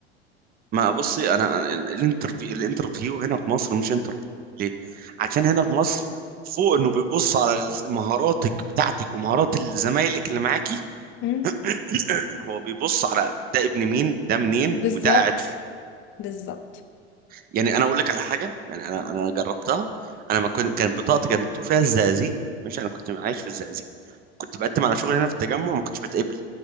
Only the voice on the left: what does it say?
إمم،
بالضبط،
بالضبط.